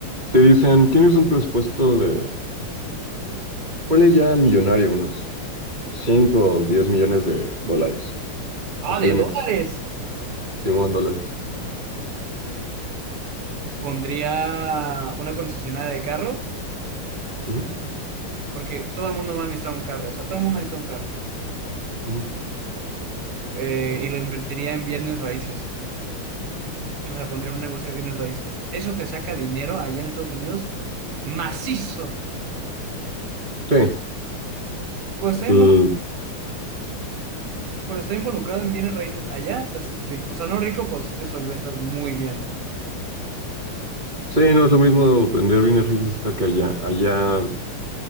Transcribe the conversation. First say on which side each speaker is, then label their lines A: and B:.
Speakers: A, on the right; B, on the right.
A: te dicen, tienes un presupuesto de, ponle ya millonario, unos 5 o 10 millones de dólares.
B: Ah,
A: ¿A qué
B: de
A: le
B: dólares.
A: metes? Simón, dólares.
B: Pondría una concesionaria de carros,
A: Ujú,
B: porque todo el mundo va a necesitar un carro, o sea, todo el mundo necesita un carro.
A: ujú.
B: Eh, y lo invertiría en bienes raíces, o sea, pondría un negocio de bienes raíces. Eso te saca dinero allá en Estados Unidos macizo.
A: Sí,
B: Cuando estás
A: l-
B: involu- cuando estás involucrado en bienes raíces allá, te haces rico. O sea, no rico, pues sí te solventas muy bien.
A: sí, no es lo mismo vender bienes raíces acá que allá. Allá